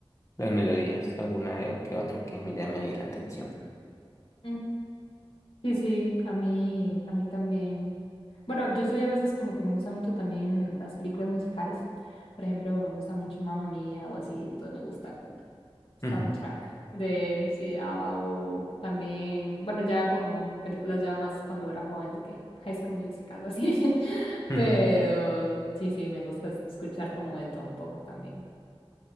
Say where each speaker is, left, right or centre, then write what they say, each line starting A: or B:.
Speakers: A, on the left; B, on the left.
A: las melodías, alguna de- que otra que me llame ahí la atención.
B: Mm, Sí, sí, a mí, a mí también. Bueno, yo soy a veces como que me gusta mucho también las películas musicales. Por ejemplo, me gusta mucho Mamma Mía o así, entonces me gusta como soundtrack
A: Ujú,
B: de sí, de ABBA o también, bueno, ya como películas ya más cuando era joven de que High School Musical, algo así. <laughs>
A: ujú.
B: Pero sí, sí, me gusta escuchar como de todo un poco también.